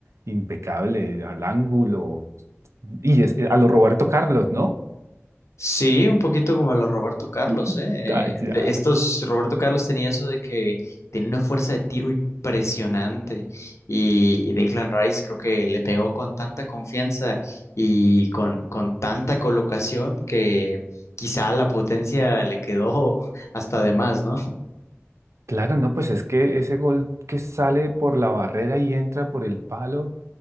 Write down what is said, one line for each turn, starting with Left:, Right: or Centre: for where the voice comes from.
Right: impecable al ángulo y es- eh, a lo Roberto Carlos, ¿no?
Left: Sí, un poquito como los Roberto Carlos,
Right: <laughs>
Left: ¿eh?
Right: Allá.
Left: Eh, de estos, Roberto Carlos tenía eso de que tenía una fuerza de tiro impresionante y, y Declan Rice creo que le pegó con tanta confianza y con, con tanta colocación que quizá la potencia le quedó <laughs> hasta de más, ¿no?
Right: Claro, no, pues es que ese gol que sale por la barrera y entra por el palo,